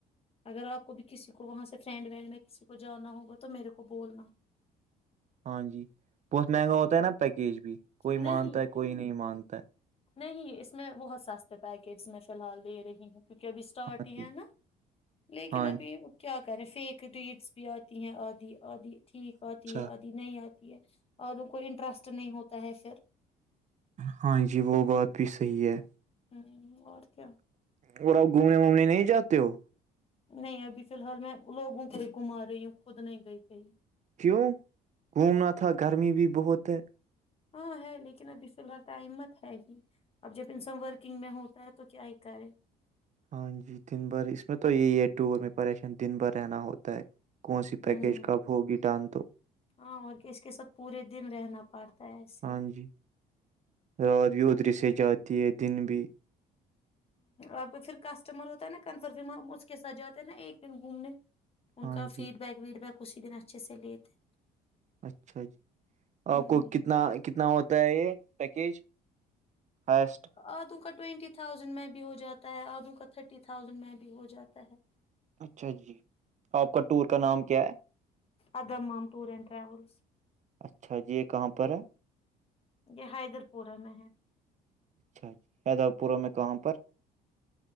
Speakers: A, on the left (about 35°); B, on the right (about 45°).
A: اگر آپ کوبھی کسی کو وہاں سے فرینڈ میں کسی کو جانا ہوگا تو میرے کو کو بولنا
B: ہاں جی بہت مہنگا ہوتا ہے نا پیکیج بھی کوئی
A: نہیں
B: مانتا ہے کوئی نہیں مانتا مانتا
A: نہیں اس میں بہت سستے پیکیج میں فی الحال دے رہی ہیں کیونکہ ابھی اسٹاٹی
B: ہاں جی
A: ہے نا لیکن
B: ہاں
A: ابھی وہ کیا کریں فیک ڈیڈس بھی آتی ہیں آدی آدی ٹھیک آتی
B: اچھا
A: ہے آتی نہیں آتی ہے اوروں کو انٹرسٹ نہیں ہوتا ہے پھر
B: ہاں جی وہ بات بھی صحی ہے
A: ہوں اور کیا
B: اور اپ گھومنے وومنے نہیں جاتے ہو
A: نہیں ابھی فی الحال میں لوگوں کو ہی گھما رہی ہوں خود نہیں گئی کہئی
B: کیوں گھومنا تھا گرمی بھی بہت ہے
A: ہاں ہے لیکن ابھی فی الحال ٹائم مت ہے ہی اب جب انسان ورکنگ میں ہوتا ہے تو کیا ہی کرے
B: ہاں جی دن بھر اس میں تو یہی ہے ٹور میں پریشان دن بھر رہنا ہوتا ہے کون سی پیکیج
A: ہوں
B: کب ہوگی ڈان تو
A: ہاں اور اس کے ساتھ پورے دن رہنا پڑتا ہے ایسے
B: ہاں
A: ہی
B: جی رات بھی ادھر سے جاتی ہے دن بھی
A: اب پھر کسٹمر ہوتا ہے نا کنفر ہم اس کے ساتھ جاتے ہیں نا ایک دن گھومنے ان
B: ہاں
A: کا
B: جی
A: فیڈ بیک ویڈ بیک اسی دن اچھے سے لیے تھے
B: اچھا جی
A: ہوں
B: آپ کو کتنا کتنا ہوتا ہے یہ پیکیج ہائسٹ
A: آدوں کا ٹوینٹی تھازینڈ میں بھی ہو جاتا ہے آدو کا تھرٹی تھاؤزینڈ میں بھی ہو جاتا ہے
B: اچھا جی آپ کا ٹور کا نام کیا ہے
A: ادمام ٹوور اینڈ ٹروولس
B: اچھا جی یہ کہاں پر ہے
A: یہ حیدر پورہ میں ہے
B: اچھا جی ہیدرا پوروے میں کہاں پر